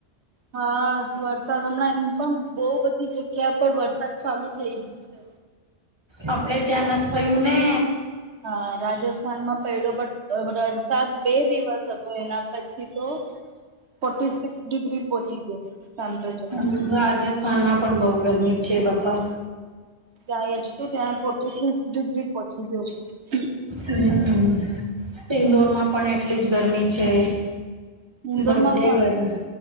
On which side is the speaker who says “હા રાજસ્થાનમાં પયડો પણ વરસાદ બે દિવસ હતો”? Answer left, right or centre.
Right